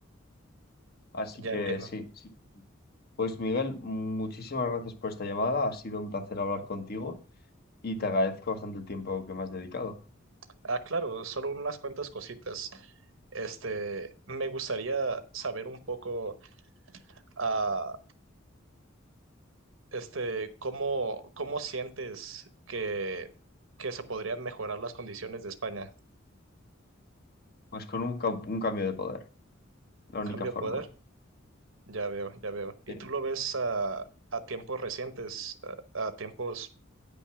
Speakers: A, on the left; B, on the right.
A: Así
B: Ya
A: que
B: entiendo.
A: sí. sí. Pues Miguel, muchísimas gracias por esta llamada. Ha sido un placer hablar contigo y te agradezco bastante el tiempo que me has dedicado.
B: Ah, claro, solo unas cuantas cositas. Este, me gustaría saber un poco, ah, este, cómo, cómo sientes que, que se podrían mejorar las condiciones de España.
A: Pues con un, ca- un cambio de poder, la
B: ¿Un
A: única
B: cambio
A: forma.
B: de poder? Ya veo, ya veo. ¿Y
A: Sí.
B: tú lo ves a, a tiempos recientes, a, a tiempos